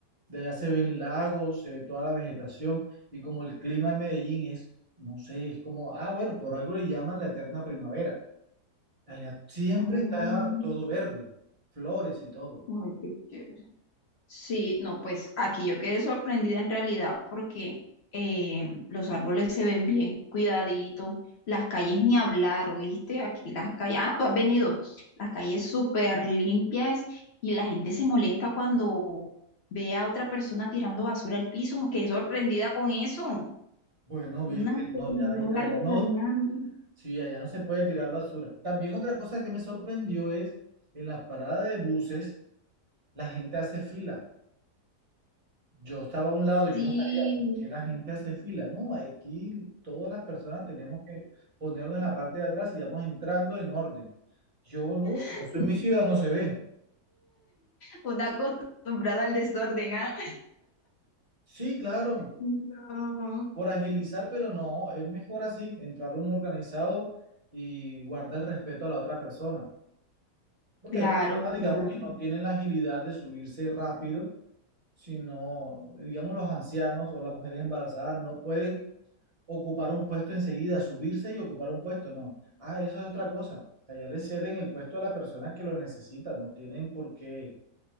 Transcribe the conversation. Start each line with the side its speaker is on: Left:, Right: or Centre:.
Right: De allá se ven lagos, se ve toda la vegetación y como el clima en Medellín es, no sé, es como, ah, bueno, por algo le llaman la eterna primavera. Allá siempre
Left: Ah,
Right: está todo verde, flores y todo.
Left: ay, qué chévere. Sí, no, pues aquí yo quedé sorprendida en realidad porque eh, los árboles se ven bien cuidaditos, las calles ni hablar, ¿oíste? Aquí las calles, ah, tú has venido, las calles súper limpias y la gente se molesta cuando ve a otra persona tirando basura al piso, quedé sorprendida con eso.
Right: Bueno, viste,
Left: Una señora
Right: no, ya, ahí- allá
Left: regañando.
Right: no, sí, allá no se puede tirar basura. También otra cosa que me sorprendió es en la parada de buses, la gente hace fila. Yo estaba a un lado y
Left: Sí,
Right: yo no sabía por qué la gente hace fila. No, aquí todas las personas tenemos que ponernos en la parte de atrás y vamos entrando en orden. Yo no,
Left: <laughs>
Right: eso en mi ciudad no se ve.
Left: una acostumbrada al desorden, ¿ah?
Right: Sí, claro,
Left: No.
Right: por agilizar, pero no, es mejor así, entrar uno organizado y guarda el respeto a la otra persona. Porque
Left: Claro,
Right: hay personas, digamos,
Left: claro.
Right: que no tienen la agilidad de subirse rápido si no, digamos, los ancianos o las mujeres embarazadas no pueden ocupar un puesto enseguida, subirse y ocupar un puesto, no. Ah, eso es otra cosa. O sea, ya le ceden el puesto a la persona que lo necesita, no tienen por qué.